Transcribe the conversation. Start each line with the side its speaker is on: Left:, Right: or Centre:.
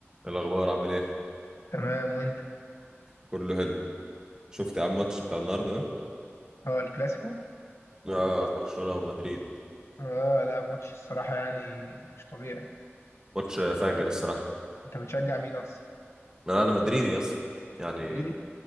Right: الأخبار عامل إيه؟
Left: تمام وانت
Right: كله حلو شفت يا عم الماتش بتاع النهاردة ده؟
Left: هو الكلاسيكو
Right: آه برشلونة ومدريد
Left: اه لا ماتش الصراحة يعني مش طبيعي
Right: ماتش فاجر الصراحة
Left: انت بتشجع مين اصلا
Right: أنا أنا مدريدي أصلا يعني
Left: مدريد